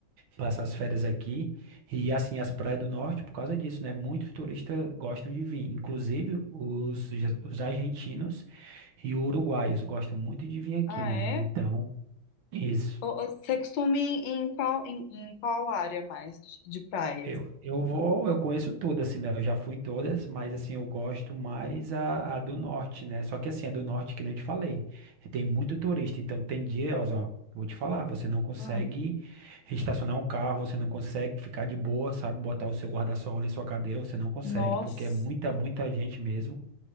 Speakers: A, on the right; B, on the left.
A: passar as férias aqui, e assim, as praias do norte, por causa disso, né, muitos turistas gostam de vir, inclusive os, ja, os argentinos e uruguaios gostam muito de vir aqui,
B: Ah,
A: né,
B: é?
A: então, isso.
B: O- o- Você costuma ir em qual, em, em qual área mais de, de praias?
A: Eu, eu vou, eu conheço todas, assim, né? Eu já fui em todas, mas assim, eu gosto mais a, a do norte, né? Só que assim, a do norte, que nem eu te falei, tem muito turista, então tem dias, ó, vou te falar, você não consegue
B: Hum,
A: estacionar um carro, você não consegue ficar de boa, sabe? Botar o seu guarda-sol ali, sua cadeira, você não consegue,
B: nossa.
A: porque é muita, muita gente mesmo.